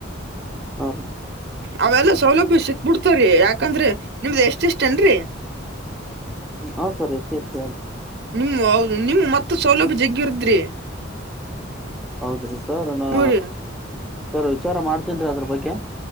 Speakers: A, in the centre; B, on the right (about 55°).
A: ಹಾ
B: ಅವೆಲ್ಲಾ ಸೌಲಭ್ಯ ಸಿಕ್ಬಿಡ್ತಾರ್ರಿ ಯಾಕಂದ್ರೆ ನಿಮ್ದ್ ಎಷ್ಟ ಇಷ್ಟ ಎನ್ರಿ
A: ಹ ಸರಿ ಸೇಷ್ಟೇ ಅದ
B: ನಿಮ ನಿಮ್ಮ ಮತ್ತೆ ಸೌಲಭ್ಯ ಜಗ್ಗಿರದ್ರಿ
A: ಹೌದ್ರಿ ಸರ್ ನಾ
B: ಹ್ಞೂ ರೀ
A: ಸರ್ ವಿಚಾರ ಮಾಡತ್ತೀದೆ ಅದ್ರ ಬಗ್ಗೆ